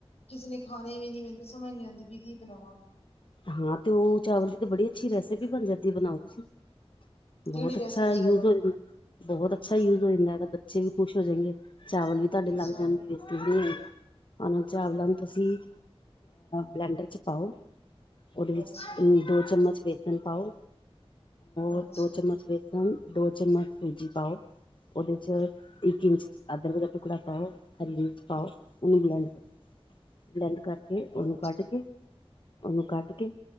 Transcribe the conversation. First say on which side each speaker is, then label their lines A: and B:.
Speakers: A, on the left; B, on the left.
A: ਕਿਸੇ ਨੇ ਖਾਣੇ ਵੀ ਨੀ ਮੈਨੂੰ ਤੇ ਸਮਝ ਨਹੀਂੀ ਆਉਂਦੀ ਵੀ ਕੀ ਬਣਾਵਾਾਂ
B: ਹਾਂ ਤੇ ਉਹ ਚਾਵਲ ਦੀ ਤੇ ਬੜੀ ਅੱਛੀ ਰੈਸਪੀ ਬਣ ਜਾਂਦੀ ਬਣਾਓ ਤੁਸੀਂ
A: ਕਿਹੜੀ
B: ਬਹੁਤ
A: ਰੈਸਪੀ
B: ਅੱਛਾ ਯੂਜ
A: ਚਾਵਲ
B: ਹੋ
A: ਦੀ
B: ਬਹੁਤ ਅੱਛਾ ਯੂਜ ਹੋ ਜਾਂਦਾ ਹੈ ਤਾਂ ਬੱਚੇ ਵੀ ਖੁਸ਼ ਹੋ ਜਾਣਗੇ ਚਾਵਲ ਵੀ ਤੁਹਾਡੇ
A: ਅੱਛਾ
B: ਲੱਗ ਜਾਣਗੇ ਤੀਈ ਉਹ ਚਾਵਲਾਂ ਨੂੰ ਤੁਸੀਂਹ ਬਲੈਂਡਰ ਚ ਪਾਓ ਉਹਦੇ ਵਿੱਚ
A: ਅੱਛਾ
B: ਦੋ ਚਮਚ ਬੇਸਨ ਪਾਓ
A: ਅੱਛਾ
B: ਰ ਦੋ ਚਮਚ ਬੇਸਨ ਦੋ ਚਮਚ ਸੂਜੀ ਪਾਓ ਉਹਦੇ 'ਚ ਇੱਕ ਇੰਚ ਅਦਰਕ ਦਾ ਟੁਕੜਾ ਪਾਓ ਹਰੀ ਮਿਰਚ ਪਾਓ ਉਹਨੂੰ ਬਲੈਂਡ ਕਰੋ ਬਲੈਂਡ ਕਰ ਕੇ ਉਹਨੂੰ
A: ਅੱਛਾ
B: ਕੱਢ ਕੇ ਉਹਨੂੰ ਕੱਢ ਕੇ